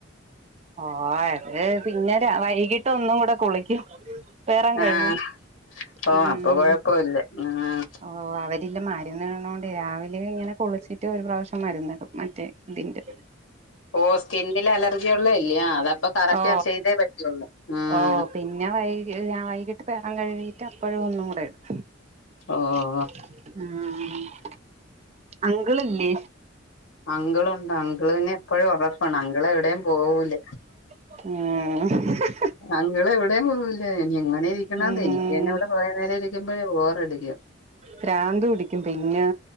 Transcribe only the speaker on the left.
ആഹ് ഓ
അപ്പൊ കൊഴപ്പ ഇല്ല ഉം
ഓഹ് സ്കിന്നില് അലർജി ഉള്ളല്ലയ അതപ്പൊ കറക്റ്റ്
അത് ചെയ്തേ പറ്റുള്ളൂ ഉം
ഓഹ്
അങ്കിളുണ്ട് അങ്കിൾ പിന്നെ എപ്പോഴും ഉറക്കമാണ് അങ്കിൾ എവിടെയും പോവൂല
അങ്കിൾ എവിടെയും പോവില്ല എങ്ങനെ ഇരിക്കണതേ
എനിക്ക് തന്നെ ഇവിടെ കുറേ നേരം ഇരിക്കുമ്പഴേ ബോറടിക്കും